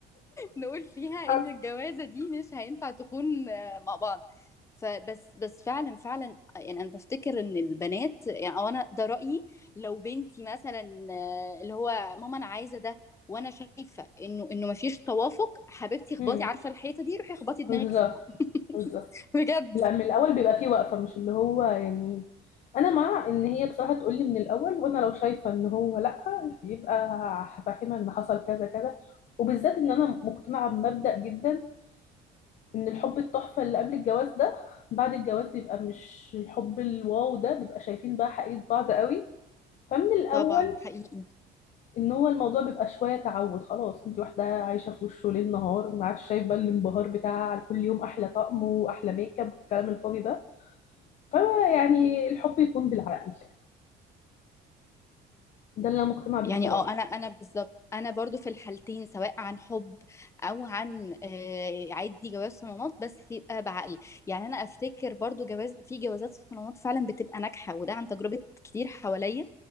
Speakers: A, on the left; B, on the left.
A: نقول فيها
B: حظ
A: ان الجوازه دي مش هينفع تكون آه، مع بعض فبس بس فعلا فعلا يعني انا بفتكر ان البنات يعني او انا ده رايي لو بنتي مثلا آه، اللي هو ماما انا عايزه ده وانا شايفه انه انه مفيش توافق حبيبتي اخبطي
B: امم
A: عارفه الحيطه دي روحي اخبطي دماغك
B: بالظبط
A: فيها
B: بالظبط
A: <laughs> بجد
B: لا من الاول بيبقى فيه وقفه مش اللي هو يعني انا مع ان هي بصراحه تقول لي من الاول وانا لو شايفه ان هو لا يبقى هفهمها ان حصل كذا كذا وبالذات ان انا مقتنعه بمبدأ جدا ان الحب التحفه اللي قبل الجواز ده بعد الجواز بيبقى مش الحب الواو ده بيبقى شايفين بقى حقيقه بعض قوي فمن الاول
A: طبعا حقيقي
B: ان هو الموضوع بيبقى شويه تعود خلاص انت واحده عايشه في وشه ليل نهار ما عادش شايفه الانبهار بتاعها على كل يوم احلى طقم واحلى ميك اب والكلام الفاضي ده فيعني الحب يكون بالعقل ده اللي انا مقتنعه بيه
A: يعني
B: بصراحه
A: اه انا انا بالظبط انا برضو في الحالتين سواء عن حب او عن آه، عادي جواز صالونات بس يبقى بعقل يعني انا افتكر برضو جواز في جوازات صالونات فعلا بتبقى ناجحه وده عن تجربه كتير حواليا